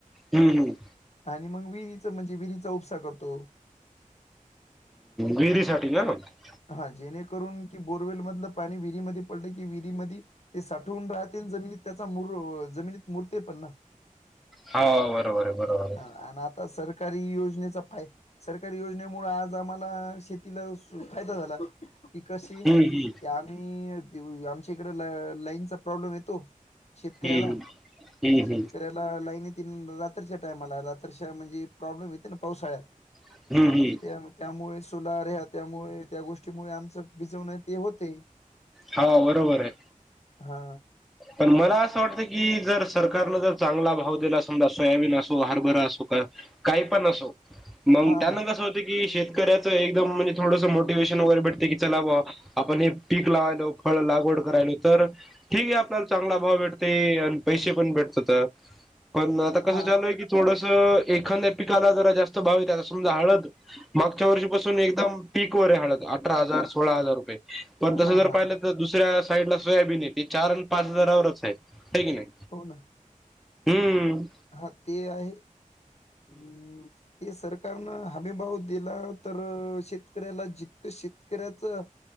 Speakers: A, in the centre; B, on the left.
A: हम् हम्.
B: आणि मग विरीच म्हणजे विरीचा उपसा करतो.
A: विहिरी साठी <unintelligible>
B: हा जेणेकरून की बोरवेल मधलं पाणी विहिरीमध्ये पडल की विहिरीमधी ते साठवून राहते. जमिनीत त्याचा मुर जमिनीत मूर्ते पण ना
A: हा बरोबर आहे बरोबर आहे
B: हा. अन् आ ता -सरकारी योजनेचा पाय सरकारी योजनेमुळ आज आम्हाला शेतीला फायदा झाला. ते कशी
A: हम्म
B: की आम्ही आमच्या इकड लाईनचा प्रॉब्लेम येतो. शेतकऱ्याला
A: हम्म हम्म हम्म
B: शेतकऱ्या लाईतीन रात्रीच्या टायमाला रात्रीच्या म्हणजे प्रॉब्लेम येते पावसाळ्यात
A: हम्म हम्म हम्म
B: त्या त्यामुळे सोलार ह्या त्यामुळे त्या गोष्टीमुळे आमचं बिजवण ते होते.
A: हा बरोबर आय.
B: हा.
A: पण मला असं वाटतं की जर सरकारनं जर चांगला भाव दिला समजा सोयाबीन असो हरभर असो, का काय पण असो मग
B: हां,
A: त्यांना
B: हां.
A: कसं होते की शेतकऱ्याचं एकदम म्हणजे थोडंसं मोटिवेशन वगैरे भेटते की चला बॉ आपण एक पीक लावायलो फळ लागवड करायलो तर ठीक ए. चांगला भाव भेटत आणि पैसे पण भेटतत. पण आता कसं
B: हां,
A: चालू
B: हां.
A: आय की थोडसं एखाद्या पिकाला जरा जास्त भाव येतय आता समजा हळत मागच्या वर्षीपासून एकदम पीक वर आहे हळद अठरा हजार सोळा हजार रुपये पण
B: हां,
A: तसं जर
B: हां.
A: पाहिलं तर दुसऱ्या साईड ला सोयाबीन येतय चार आणि पाच हजारावरच आहे की नाही.
B: हो ना
A: हम्म
B: हा ते आहे हम्म ते सरकारनं हमीभाव दिला, तर शेतकऱ्याला जितकं शेतकऱ्यांचं..